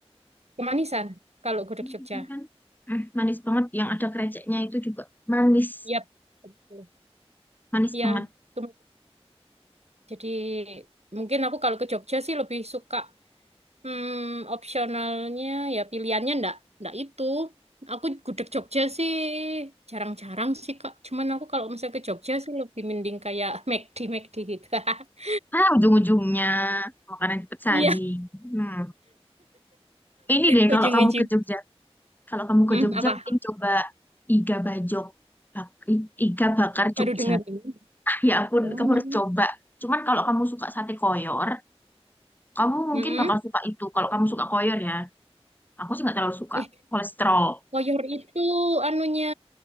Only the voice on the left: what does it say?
Manisan
kan mm, manis banget yang ada kreceknya itu juga manis
manis
banget
ah ujung-ujungnya makanan cepet saji
hmm. ini deh
kalau kamu ke Jogja kalau kamu
ke Jogja
mungkin coba iga bajok bak- i- iga bakar
Jogja
ah, ya ampun
kamu harus coba cuman kalau kamu suka sate koyor kamu mungkin
bakal suka itu kalau kamu suka koyor ya aku sih nggak terlalu suka
kolesterol